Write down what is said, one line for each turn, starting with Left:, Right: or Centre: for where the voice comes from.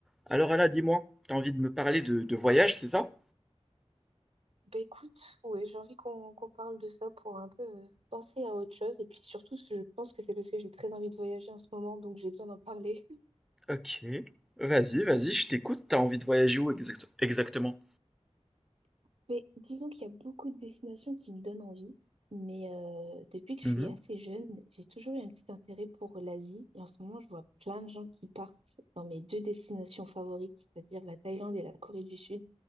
Centre: Alors Anna, dis-moi, t'as envie de me parler de, de voyage, c'est ça?
Right: Bah écoute, ouais, j'ai envie qu'on qu'on parle de ça pour un peu euh, penser à autre chose. Et puis surtout, je pense que c'est parce que j'ai très envie de voyager en ce moment, donc j'ai besoin d'en parler.
Centre: Ok. Vas-y, vas-y, je t'écoute. T'as envie de voyager où exact- exactement?
Right: <laughs> Mais disons qu'il y a beaucoup de destinations qui me donnent envie. Mais euh, depuis que
Centre: Mhm.
Right: je suis assez jeune, j'ai toujours eu un petit intérêt pour l'Asie. Et en ce moment, je vois plein de gens qui partent dans mes deux destinations favorites, c'est-à-dire la Thaïlande et la Corée du Sud.